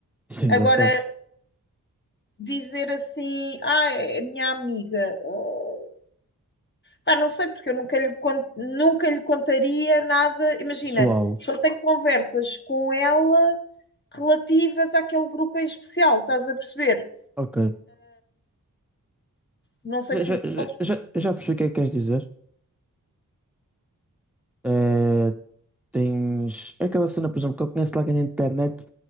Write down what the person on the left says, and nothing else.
Agora,
dizer assim, ah, é é minha amiga, oh, pá, não sei, porque eu nunca lhe, con- nunca lhe contaria nada. Imagina,
só tenho conversas com ela relativas àquele grupo em especial, estás a perceber?
Não sei
se
isso
pode.